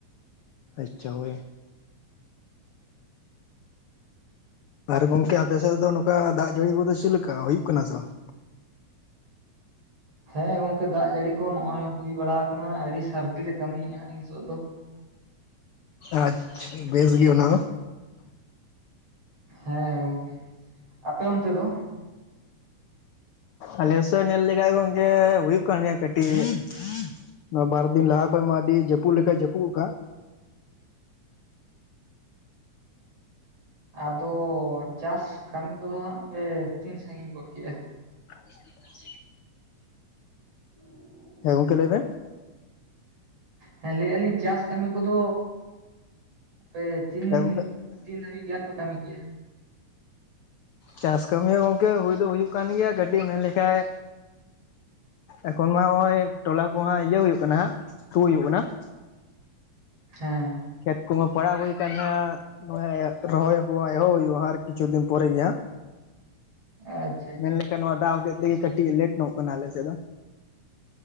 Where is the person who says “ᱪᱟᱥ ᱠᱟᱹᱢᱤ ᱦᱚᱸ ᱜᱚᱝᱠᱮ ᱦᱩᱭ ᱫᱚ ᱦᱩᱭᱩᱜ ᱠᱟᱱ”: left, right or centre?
Left